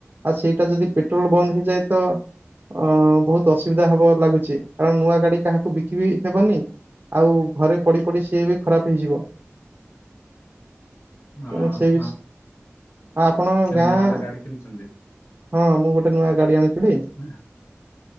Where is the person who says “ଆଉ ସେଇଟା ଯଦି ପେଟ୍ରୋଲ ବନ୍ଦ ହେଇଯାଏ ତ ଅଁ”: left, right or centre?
Right